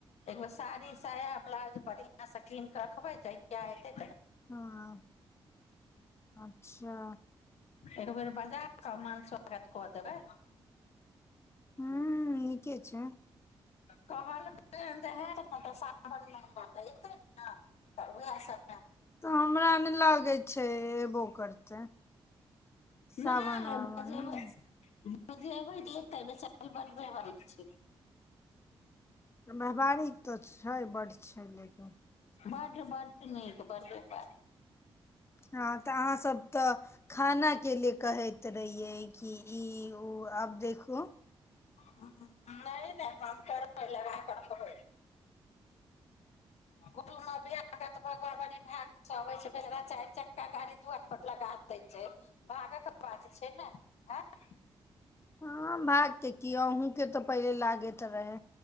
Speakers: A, on the left; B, on the left.
A: एगो साड़ी साया ब्लाउज बढ़ियां सँ कीन कऽ रखबै जहिआ एतै
B: हँ अच्छा
A: एक बेर बाजा कऽ मान स्वागत कऽ देबै
B: हू एके छै
A: कहलके हन तऽ हैत ने तऽ सावन मे एतै ने तऽ उएह सब
B: तऽ हम हमरा नहि लागै छै एबो करतै
A: देबै
B: सावन
A: नहि
B: वाबन
A: बजेबै
B: मे
A: बजेबै तऽ एतै बेचारी बड बेहाल छै
B: महमारीक तऽ छै बड छै लेकिन
A: बड बड निक बड बेकार
B: हँ तऽ अहाँ सब तऽ खाना के लि कहैत रहियै कि ई ओ आब देखू
A: ह नहि नहि हम केबार लगा कऽ रखबै <unintelligible>
B: हँ भागके कि अहूँके तऽ पहिले लागैत रहे